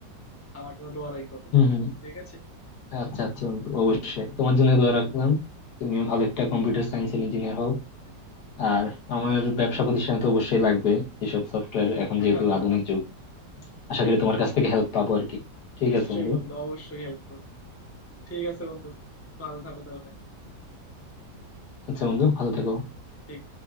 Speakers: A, on the left; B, on the left.
A: আমার জন্য দোয়া রাখো
B: হম হম
A: ঠিক আছে
B: আচ্ছা আচ্ছা বন্ধু, অবশ্যই তোমার জন্য দোয়া রাখলাম তুমিও ভালো একটা কম্পিউটার সায়েন্স ইঞ্জিনিয়ার হও আর আমার ব্যবসা প্রতিষ্ঠানে তো অবশ্যই লাগবে এসব সফটওয়্যার এখন
A: <laughs>
B: যেহেতু আধুনিক যুগ আশা
A: সেটাই
B: করি তোমার কাছ থেকে হেল্প পাবো আর কি ঠিক
A: নিশ্চয়ই
B: আছে বন্ধু
A: বন্ধু অবশ্যই হেল্প করবো ঠিক আছে বন্ধু ভালো থাকো তাহলে
B: আচ্ছা বন্ধু ভালো থেকো
A: ঠিক